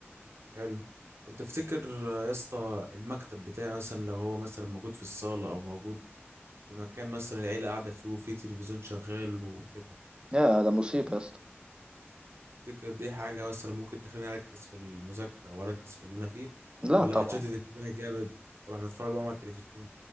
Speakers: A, on the right; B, on the right.
A: حلو طب تفتكر يا اسطى المكتب بتاعي مثلا لو هو مثلا موجود في الصالة أو موجود في مكان مثلا العيلة قاعدة فيه وفيه تلفزيون شغال وكده
B: يا ده مصيبه يا اسطى
A: تفتكر دي حاجة مثلا ممكن تخليني أركز في المذاكرة وأركز في اللي أنا فيه
B: لا
A: ولا
B: طبعا
A: هتشتت انتباهي جامد وأروح متفرج بقى مع التلفزيون